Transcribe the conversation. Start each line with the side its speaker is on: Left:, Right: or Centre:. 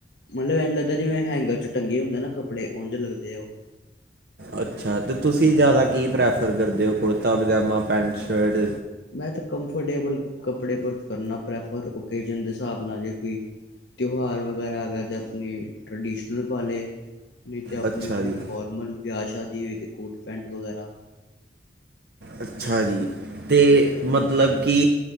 Left: ਮਲਬ ਏਂਝ ਲੱਗਦਾ ਜਿਵੇ ਹੈਂਗਰ 'ਚ ਟੰਗੇ ਹੁੰਦੇ ਨਾ ਕੱਪੜੇ, ਉਂਝ ਲਗਦੇ ਆ ਓ।
Right: ਅੱਛਾ ਤੇ ਤੁਸੀ ਜਾਦਾ ਕੀ ਪ੍ਰੈਫਰ ਕਰਦੇ ਓ ਕੁੜਤਾ-ਪਜਾਮਾ, ਪੈਂਟ-ਸ਼ਰਟ
Left: ਮੈ ਤੇ ਕੰਫਰਟੇਬਲ ਕੱਪੜੇ ਪਰ ਕਰਨਾ ਪ੍ਰੈਫਰ ਓਕੇਜਨ ਦੇ ਸਾਬ ਨਾਲ। ਜੇ ਕੋਈ ਤਿਓਹਾਰ ਵਗੈਰਾ ਆਗੇ ਆ ਤੇ ਅਪਨੀ ਟਰੈਡੀਸ਼ਨਲ ਪਾਲੇ ਨਈ ਤੇ ਆਪਣੀ
Right: ਅੱਛਾ
Left: ਓਹੀ
Right: ਜੀ
Left: ਫੋਰਮਲ, ਵਿਆ ਸ਼ਾਦੀ ਓਈ ਤੇ ਕੋਟ-ਪੈਂਟ ਵਗੈਰਾ।
Right: ਅੱਛਾ ਜੀ ਤੇ ਮਤਲਬ ਕੀ